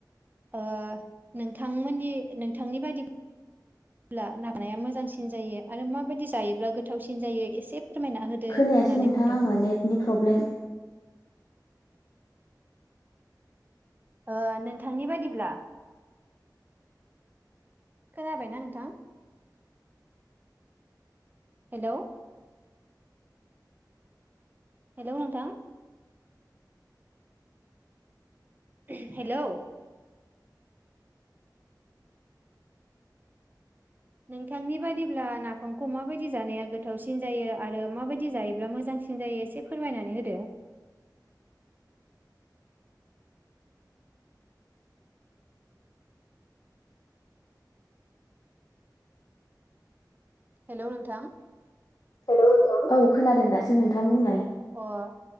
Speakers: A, on the right; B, on the left.
A: ओह नोंथांमोननि नोंथांनि बादिब्ला माया मोजांसिनजायो आरो माबादि जायोब्ला गोथावसिनजायो एसे फोरमायना होदो
B: खोनायासै
A: होननानै
B: नोंथां
A: बुंदों
B: आङो नेथनि प्रब्लेम।
A: ओह नोंथांनि बायदिब्ला। खोनाबायना नोंथां हेलौ हेलौ नोंथां। उम हेलौ नोंथांनि बायदिब्ला नाफामखौ माबायदि जानाया गोथावसिनजायो आरो माबायदि जायोब्ला मोजांसिनजायो एसे फोरमायनानै होदो। हेलौ नोंथां।
B: हेलौ नोंथां औ खोनादोंदासो नोंथांङा बुंलाय
A: अह